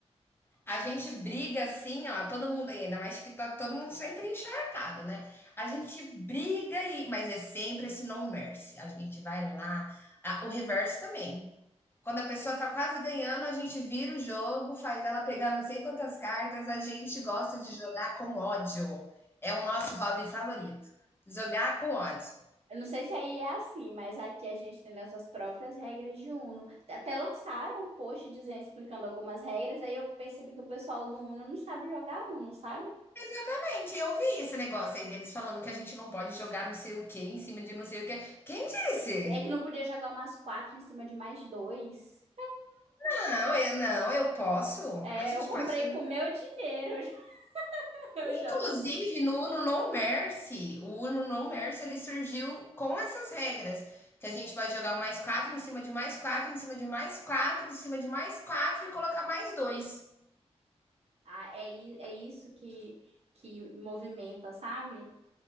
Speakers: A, on the left (about 20°); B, on the right (about 60°).
A: A gente briga assim, ó, todo mundo aí, ainda mais que tá todo mundo sempre encharcado, né? A gente briga e, mas é sempre esse no mercy. A gente vai lá, Ah, o reverso também. Quando a pessoa tá quase ganhando, a gente vira o jogo, faz ela pegar não sei quantas cartas. A gente gosta de jogar com ódio. É o nosso hobby favorito. Jogar com ódio.
B: Eu não sei se aí é assim, mas aqui a gente tem nossas próprias regras de Uno. Até lançaram um post dizendo, explicando algumas regras, aí eu percebi que o pessoal do Uno não sabe jogar Uno, sabe?
A: Exatamente, eu vi esse negócio aí deles falando que a gente não pode jogar não sei o que em cima de não sei o que. Quem disse?
B: É que não podia jogar umas quatro em cima de mais dois.
A: Não, eu não, eu posso.
B: É,
A: A gente
B: eu comprei
A: pode fazer.
B: com meu dinheiro, <laughs> eu
A: Inclusive,
B: jogo.
A: no Uno No Mercy, o Uno No Mercy, ele surgiu com essas regras, que a gente vai jogar o mais quatro em cima de mais quatro, em cima de mais quatro, em cima de mais quatro e colocar mais dois.
B: Ah, é, i- é isso que, que movimenta, sabe?